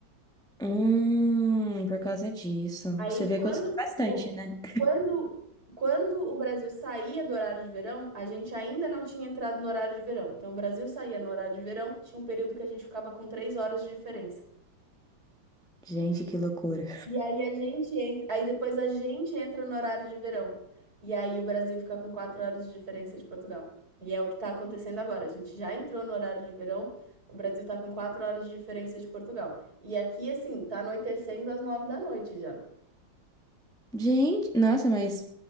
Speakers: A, in the centre; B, on the right.
A: Hum, por causa disso.
B: Aí
A: Você vê
B: quando
A: que eu sou bastante,
B: o,
A: né?
B: quando, quando o Brasil saía do horário de verão, a gente ainda não tinha entrado no horário de verão. Então o Brasil saía no horário de verão, tinha um período que a gente ficava com três horas de diferença.
A: Gente, que loucura.
B: E aí a gente entra, aí depois a gente entra no horário de verão. E aí o Brasil fica com quatro horas de diferença de Portugal. E é o que está acontecendo agora. A gente já entrou no horário de verão, o Brasil está com quatro horas de diferença de Portugal. E aqui, assim, tá anoitecendo às nove da noite já.
A: Gente, nossa, mas